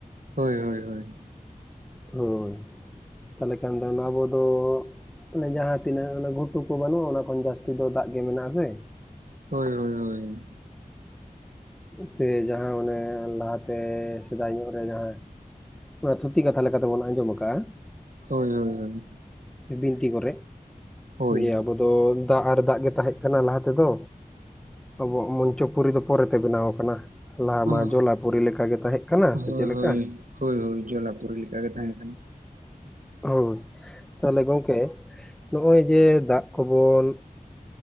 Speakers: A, on the right; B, in the centre.
A: ᱦᱳᱭ ᱦᱳᱭ ᱦᱳᱭ᱾
B: ᱦᱳᱭ ᱛᱟᱦᱞᱮ ᱠᱷᱟᱱ ᱫᱚ ᱱᱟᱵᱚ ᱫᱚ ᱚᱱᱮ ᱡᱟᱦᱟᱸ ᱛᱤᱱᱟᱹᱜ ᱚᱱᱟ ᱜᱷᱩᱴᱩ ᱠᱚ ᱵᱟᱹᱱᱩᱜᱼᱟ ᱚᱱᱟ ᱠᱷᱚᱱ ᱡᱟᱹᱥᱛᱤ ᱫᱚ ᱫᱟᱜ ᱜᱮ ᱢᱮᱱᱟᱜ-ᱟ ᱥᱮ?
A: ᱦᱳᱭ ᱦᱳᱭ ᱦᱳᱭ᱾
B: ᱥᱮ ᱡᱟᱦᱟᱸ ᱚᱱᱮ ᱞᱟᱦᱟᱛᱮ ᱥᱮᱫᱟᱭ ᱧᱚᱜ ᱨᱮ ᱡᱟᱦᱟᱸ ᱚᱱᱟ ᱛᱷᱩᱛᱤ ᱠᱟᱛᱷᱟ ᱞᱮᱠᱟᱛᱮᱵᱚᱱ ᱟᱸᱡᱚᱢ ᱟᱠᱟᱜᱼᱟ᱾
A: ᱦᱳᱭ ᱦᱳᱭ ᱦᱳᱭ᱾
B: ᱵᱤᱱᱛᱤ ᱠᱚᱨᱮ
A: ᱦᱳᱭ
B: ᱡᱮ ᱟᱵᱚ ᱛᱚ ᱫᱟᱜ ᱟᱨ ᱫᱟᱜ ᱜᱮ ᱛᱟᱦᱮᱸ ᱠᱟᱱᱟ ᱞᱟᱦᱟ ᱛᱮᱫᱚ, ᱟᱵᱚᱣᱟᱜ ᱢᱚᱧᱪᱚᱯᱩᱨᱤ ᱫᱚ ᱯᱚᱨᱮ ᱛᱮ ᱵᱮᱱᱟᱣ ᱟᱠᱟᱱᱟ ᱞᱟᱦᱟ
A: ᱦᱳᱭ
B: ᱢᱟ ᱡᱚᱞᱟᱯᱩᱨᱤ ᱞᱮᱠᱟ ᱜᱮ ᱛᱟᱦᱮᱸᱜ ᱠᱟᱱᱟ,
A: ᱦᱳᱭ
B: ᱥᱮ ᱪᱮᱫ ᱞᱮᱠᱟ?
A: ᱦᱳᱭ ᱦᱳᱭ ᱡᱚᱞᱟᱯᱩᱨᱤ ᱞᱮᱠᱟ ᱜᱮ ᱛᱟᱦᱮᱸ ᱠᱟᱱᱟ ᱾
B: ᱦᱳᱭ ᱛᱟᱦᱞᱮ ᱜᱚᱝᱠᱮ ᱱᱚᱜᱚᱭ ᱡᱮ ᱫᱟᱜ ᱠᱚᱵᱚᱱ